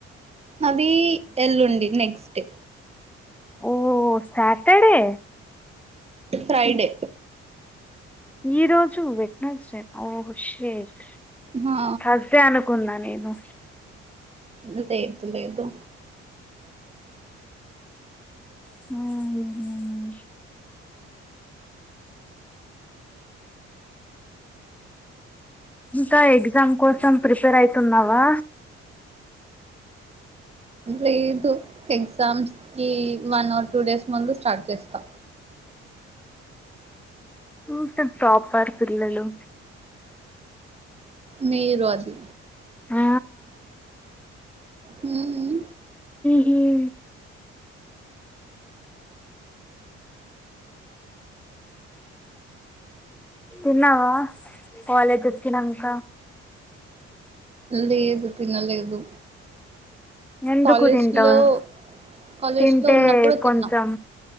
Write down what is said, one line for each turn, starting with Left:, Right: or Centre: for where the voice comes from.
Right: అది ఎల్లుండి నెక్స్ట్ డే
Centre: ఓ సాటర్డే
Right: ఫ్రైడే
Centre: ఈ రోజు వెనాస్డే ఓ షేట్
Right: హా
Centre: అదే అనుకున్నా నేను
Right: ఇ లేదు లేదు
Centre: హ్మ్మ్ ఇంకా ఎగ్జామ్ కోసం ప్రిపేర్ అయితున్నావా
Right: లేదు ఎగ్జామ్స్ కి వన్ ఆర్ టూ డేస్ ముందు స్టార్ట్ చేస్తా
Centre: ఇంత ప్రాపర్ పిల్లలు
Right: మీరు అది
Centre: ఆ
Right: హ్మ్మ్
Centre: హ్మ్మ్ తిన్నావా కాలేజ్ వచ్చినంక
Right: లేదు తినలేదు
Centre: ఎందుకు
Right: కాలేజ్
Centre: తింటారు
Right: లో కాలేజ్
Centre: తింటే
Right: లో ఉన్నప్పుడు తిన్నాం
Centre: కొంచెం